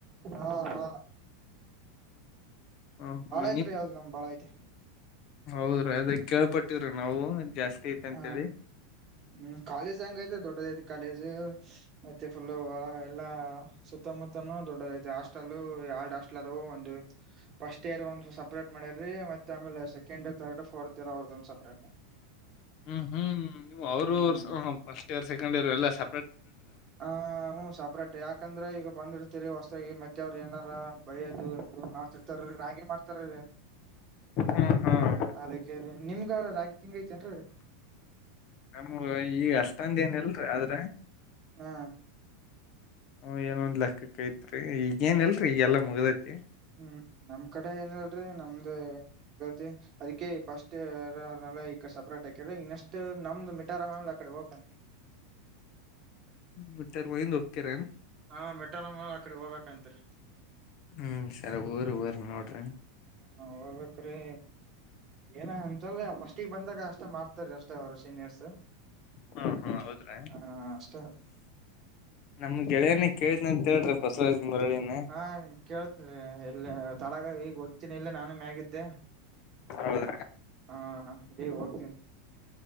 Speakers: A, on the right; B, on the left.
A: ಹಾ ಹಾ.
B: ಹ ಹ
A: ಭಾಳ ಐತ್ ರೀ ಯಾವ್ದ್ ನಮ್ ಭಾಳ ಐತೆ.
B: ಹೌದ್ರೀ ಅದ ಕೇಳ್ಪಟ್ಟವ್ರಿ ನಾವು ಜಾಸ್ತಿ ಐತೆ ಅಂತೇಳಿ.
A: ಹ ಹ್ಮ್ ಕಾಲೇಜ್ ಹೆಂಗ ಐತೆ ದೊಡ್ಡದಐತಿ ಕಾಲೇಜ್. ಮತ್ತೆ ಫುಲ್ ಒಳ ಎಲ್ಲಾ ಸುತ್ತಮುತ್ತನುೂ ದೊಡ್ಡದೈತೆ ಹಾಸ್ಟೆಲ್ ಎರಡ್ ಹಾಸ್ಟೆಲ್ ಅದೂ ಒಂದು- ಫಸ್ಟ್ ಇಯರ್ ಒಂದ್ ಸಪ್ರೇಟ್ ಮಾಡ್ಯ್ರರಿ ಮತ್ತೆ ಆಮೇಲೆ ಸೆಕೆಂಡ್ ಥರ್ಡ್ ಫೋರ್ತ್ ಇಯರ್ ಅವ್ರ ಂದು ಸಪ್ರೇಟ್
B: ಹ್ಮ್ ಹ್ಮ್ ನೀವು ಅವರು
A: ಹ್ಮ್
B: ಫಸ್ಟ್ ಇಯರ್ ಸೆಕಂಡ್ ಇರ್ ಎಲ್ಲ ಸ.
A: ಹ ಹ ಸಪ್ರೇಟ್ ಯಾಕಂದ್ರೆ ಈಗ ಬಂದಿಡ್ತೀರಿ ಹೊಸ್ತ್ರಾಗಿ ಮತ್ತೆವ್ರು ಏನಾರ ಬೈದು. ಮಾಡ್ತಿರ್ತಾರ ರಾಗಿ ಮಾಡ್ತಾರ
B: ಹ್ಮ್ ಹ್ಮ್
A: ಅದಕ್ಕೆ. ನಿಮಗ ರಾಗಿಂಗ ಐತೆನ್.
B: ನಮಗ ಈ ಅಷ್ಟೊಂದ ಏನ ಇಲ್ರರಿ ಆದ್ರ.
A: ಹಾ.
B: ಹ್ಮ ಏನೊಂದ್ ಲಲೆಕ್ಕೈಐತ್ರಿ ಈಗಏನಲ್ರರಿ ಈಗೆಲ್ಲಾ ಮುಗ್ದತಿ.
A: ಹ್ಮ್ ನಮ್ ಕಡೆ ಏನಲ್ರರಿ ನಮ್ದ. ತ್ತ ಅದಕ್ಕೆ ಫೈರ್ಸ್ ಯಾರನ ಈಕ ಸೆಪರೇಟ್ ಆಕರ ಇನ್ನಷ್ಟು ನಮ್ದು ಮಿಟರ ಯಾವಾಗ ಹಾಕೊಂತೀರಿ.
B: ಮತ್ತೆ ಏನರಲ್ಲಿ ಒಗ್ತಿರ
A: ಹ್ಮ್ಮ ಮಿಡ್ಟರ್ಮ್ ಮುಗದಮೇಲೆ ಆ ಕಡೆ ಹೋಗಬೇಕು ರಿ.
B: ಹ್ಮ್ ಸರಿ ಹೋಗ್ರಿ ಹೋಗ್ರಿ ನೋಡ್ರಿ.
A: ಹ ಹೋಗ್ಬೇಕ್ರೀ ಏನ ಅಂತಲ್ ಫಸ್ಟಿಗೆ ಬಂದಾಗ ಅಷ್ ಅಷ್ಟ ಮಾಡ್ತಾರೀ ಅಷ್ಟೇ ಅವರು ಸೀನಿಯರ್ಸ್.
B: ಹ್ಮ್ಮ್ ಹ್ಮ್ಮ್ ಹೌದ್ರೆ.
A: ಹ ಅಷ್ಟೇ
B: ನಮ್ಮ ಗೆಳೆಯನ ಗೆಳೆಯರನ ಕೇಳಿದೆ ಅಂತ ಹೇಳ್ರಿ ಬಸವರಾಜ್ ಮುರಳಿನ.
A: ಹಾ ಕೇಳ್ತನ್ರಿ ಎಲ್ಲ ತಳಗ ಈಗ ಓದ್ತೀನಿ ಇಲ್ಲ ನಾನು ಮ್ಯಾಗಿದ್ದೆ.
B: ಹೌದ್ರಿ
A: ಹ್ಮ್ಮ್ ಹ್ಮ್ಮ್ ಈಗ ಹೋಗ್ತಾ.